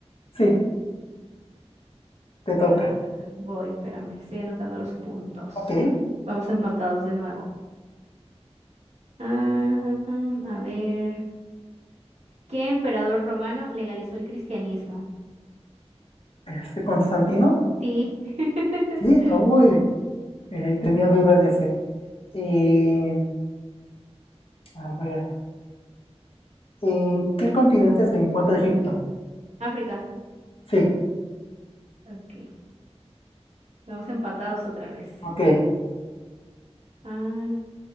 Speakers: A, on the left (about 55°); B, on the right (about 80°).
A: Sí, te toca.
B: Ah, voy, espérame. Estoy anotando los puntos.
A: Ok,
B: Vamos empatados de nuevo. Ah, ah, ah, a ver. ¿Qué emperador romano legalizó el cristianismo?
A: este, Constantino.
B: Sí. <laughs>
A: Sí, ah, uy, eh, tenía duda en ese. Eh, a ver, ¿en qué continente se encuentra Egipto?
B: África.
A: Sí,
B: Ok. Vamos empatados otra vez.
A: ok.
B: Ah,